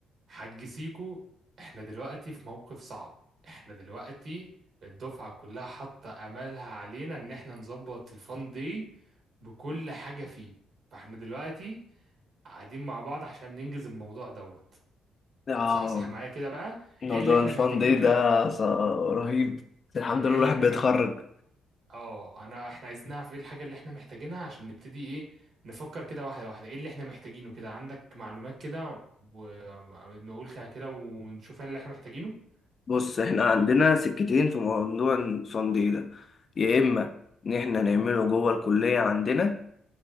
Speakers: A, on the right; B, on the left.
A: حاج سيكو احنا دلوقتي في موقف صعب احنا دلوقتي الدفعة كلها حاطة امالها علينا ان احنا نظبط الفان دي بكل حاجة فيه فاحنا دلوقتي قاعدين مع بعض عشان ننجز الموضوع دوت
B: اه
A: صح صح معايا كده بقى
B: موضوع
A: ايه اللي احنا
B: الفان
A: محتاجينه
B: دي
A: كده
B: ده ص- رهيب بس الحمد
A: ايه
B: لله
A: اللي
B: الواحد
A: احنا
B: بيتخرج
A: م... اه انا احنا عايزين نعرف ايه الحاجة اللي احنا محتاجينها عشان نبتدي ايه نفكر كده واحدة واحدة ايه اللي احنا محتاجينه كده عندك معلومات كده ونقول كده كده ونشوف ايه اللي احنا محتاجينه
B: بص احنا عندنا سكتين في موضوع الفان دي ده يا اما ان احنا نعمله جوه الكلية عندنا